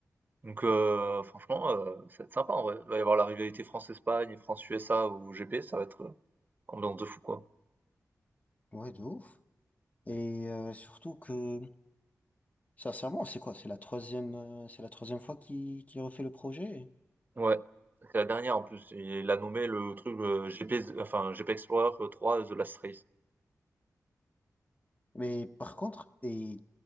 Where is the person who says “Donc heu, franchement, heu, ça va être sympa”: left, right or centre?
Right